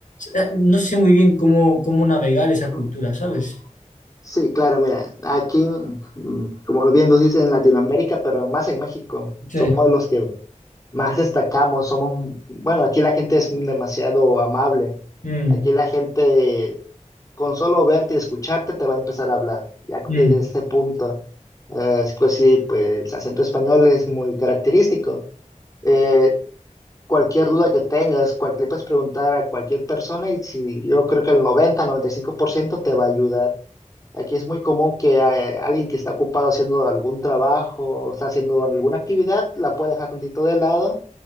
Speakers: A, on the left (about 75°); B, on the left (about 25°).
A: eh, no sé muy bien cómo, cómo navegar esa
B: Ujú.
A: cultura, ¿sabes?
B: Sí, claro, mira, aquí, mm, como bien nos dicen en Latinoamérica, pero más en México,
A: Sí.
B: somos los que más destacamos, somos, bueno, aquí la gente es demasiado amable.
A: Mm,
B: Aquí la gente con solo verte y escucharte te va a empezar a hablar, ya
A: mm,
B: desde ese punto. Eh, pues sí, pues el acento español es muy característico. Eh, cualquier duda que tengas, cualquier, le puedes preguntar a cualquier persona y si, yo creo que el noventa noventa y cinco por ciento te va a ayudar. Aquí es muy común que eh, alguien que está ocupado haciendo algún trabajo o está haciendo alguna actividad la puede dejar tantito de lado